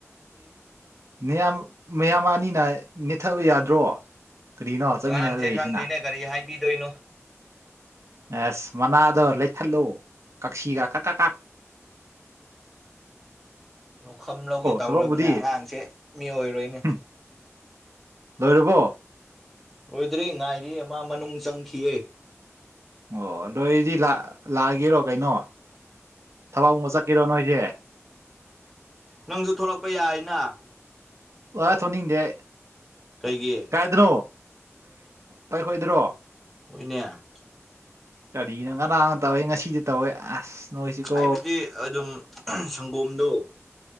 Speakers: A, on the right (about 65°); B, in the centre.
A: ꯑꯦꯌꯥꯝ ꯃꯌꯥꯝ ꯑꯅꯤꯅ ꯅꯦꯠꯊꯕ ꯌꯥꯗ꯭ꯔꯣ ꯀꯔꯤꯅꯣ ꯆꯠꯃꯤꯟꯅ
B: ꯑꯉꯥꯡꯁꯦ
A: ꯂꯩꯔꯤꯁꯤꯅ
B: ꯈꯪꯗꯦꯅꯦ ꯀꯔꯤ ꯍꯥꯏꯕꯤꯗꯣꯏꯅꯣ
A: ꯑꯦꯁ ꯃꯅꯥꯗꯣ ꯂꯩꯊꯠꯂꯣ ꯀꯛꯁꯤꯒ ꯀꯛ ꯀ ꯀ
B: ꯂꯧꯈꯝ ꯂꯧꯒꯦ ꯇꯧꯔꯕꯅꯦ
A: ꯊꯕꯛꯄꯨꯗꯤ
B: ꯑꯉꯥꯡꯁꯦ ꯃꯤ ꯑꯣꯏꯔꯣꯏꯅꯦ
A: ꯍꯨꯝ ꯂꯣꯏꯔꯕꯣ
B: ꯑꯣꯏꯗ꯭ꯔꯤ ꯉꯥꯏꯔꯤꯌꯦ ꯃꯥ ꯃꯅꯨꯡ ꯆꯪꯈꯤꯌꯦ
A: ꯑꯣ ꯑꯗꯣ ꯑꯩꯗꯤ ꯂ ꯂꯥꯛꯑꯒꯦꯔꯣ ꯀꯩꯅꯣ ꯊꯕꯛ ꯑꯃꯨꯛ ꯆꯠꯀꯦꯔꯣ ꯅꯣꯏꯁꯦ
B: ꯅꯪꯁꯨ ꯊꯂꯛꯄ ꯌꯥꯏꯅ
A: ꯋꯥ ꯊꯣꯅꯤꯡꯗꯦ
B: ꯀꯩꯒꯤꯌꯦ
A: ꯀꯥꯏꯗꯅꯣ ꯄꯥꯏ ꯈꯣꯏꯗ꯭ꯔꯣ
B: ꯍꯣꯏꯅꯦ
A: ꯀꯔꯤꯅꯣ ꯉꯔꯥꯡꯅ ꯇꯧꯋꯦ ꯉꯁꯤꯗꯤ ꯇꯧꯋꯦ ꯑꯁ ꯅꯣꯏꯁꯤꯀꯣ
B: ꯍꯥꯏꯕꯗꯤ ꯑꯗꯨꯝ ꯁꯪꯒꯣꯝꯗꯣ